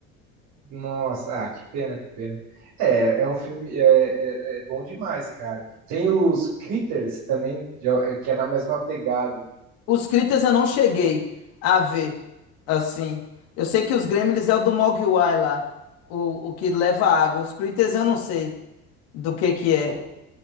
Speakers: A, on the right (about 60°); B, on the left (about 75°).
A: Nossa, ah, que pena, que pena. É, é um filme. É, é- é bom demais, cara. Tem os Critters também, de- é, que é na mesma pegada.
B: Os Critas eu não cheguei a ver, assim. Eu sei que os Gremlins é o do Mogwai lá, o, o que leva água. Os Critas eu não sei do que que é.
A: Pô,